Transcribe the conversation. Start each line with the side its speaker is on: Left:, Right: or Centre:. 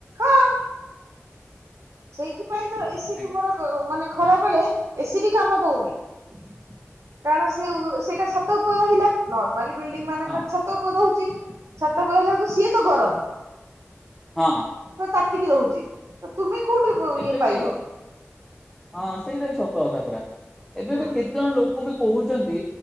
Right: ହଁ
Centre: <inaudible>
Right: ସେଇଥିପାଇଁ ତ ଏସିି
Centre: ଆଜ୍ଞା
Right: ତୁମର ମାନେ ଖରାବେଳେ ଏସିି ବି କାମ ଦଉନି। କାରଣ ସେ ସେଇଟା ଛାତ ଉପରେ ରହିଲା ନର୍ମାଲି ବିଲଡିଂ ମାନଙ୍କରେ
Centre: ହଁ
Right: ଛାତ ଉପରେ ରହୁଚି। ଛାତ କହିଲା ଏଳକୁ ସିଏ ତ ଗରମ।
Centre: ହଁଁ।
Right: ତ ତାତିକି ରହୁଚି ତ ତୁମେ କୋଉଠୁ
Centre: ଏବେ
Right: ଇଏ ପାଇବ?
Centre: ବି ହଁ ସେଇଟାବି ସତକଥା ପୁରା ଏବେବି
Right: ହୁଁ
Centre: କେତେଜଣ ଲୋକ ବି କହୁଛନ୍ତି